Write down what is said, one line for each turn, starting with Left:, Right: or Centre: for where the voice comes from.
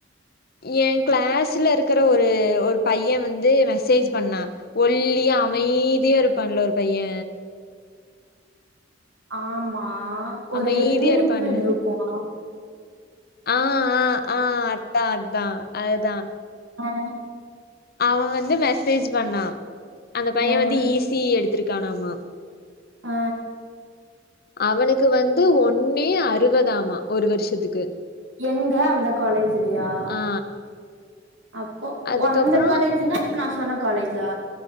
Left: எ கிளாஸ்ல இருக்ற ஒரு ஒரு பைய வந்து மெசேஜ் பண்ணா ஒல்லியா மைதியா இருப்பான்ல ஒரு பைய
Right: ஆமா அ ஒரு
Left: அமைதியா
Right: ரின் லிக்விட்
Left: இருப்பான்ல
Right: இருக்கு அ
Left: ஆ ஆ ஆ அதா அதா அதுதா
Right: ஆஹ்
Left: அவந்து மெசேஜ் பண்ணா அந்த பைய
Right: ஆ
Left: வந்து
Right: என்ன
Left: இ சி இ எடுத்திருக்கானாமா
Right: ஆ
Left: அவனுகு வந் து ஒன்னே அறுவதாமா ஒரு வருஷத்துக்கு
Right: எங்க அந்த காலேஜ்லயா
Left: ஆ
Right: அப்போ
Left: அதுக்கப்புறம்
Right: ஒ அந்த காலேஜ்தா இப்ப நா சொன்ன காலேஜா